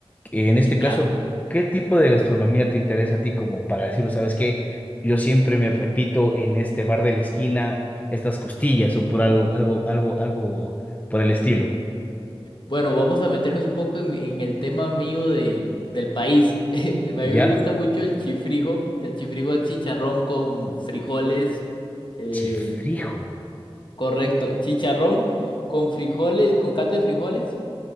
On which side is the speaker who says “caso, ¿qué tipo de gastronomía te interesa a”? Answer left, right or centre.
Left